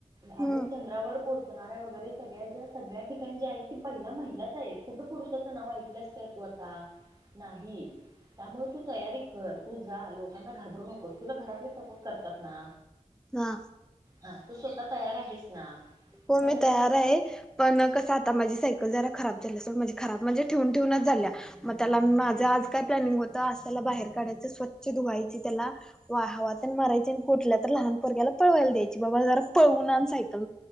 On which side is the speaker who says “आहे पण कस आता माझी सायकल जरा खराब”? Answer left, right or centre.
Centre